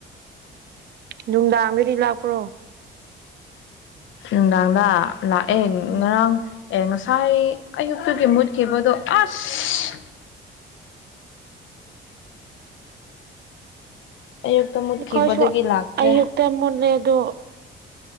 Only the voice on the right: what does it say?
ꯅꯨꯡꯗꯥꯡꯒꯗꯤ ꯂꯥꯛꯄ꯭ꯔꯣ
ꯎꯝ
ꯑꯩꯈꯣꯏꯁꯨ
ꯑꯌꯨꯛꯇ ꯃꯨꯠꯂꯦ ꯑꯗꯨꯣ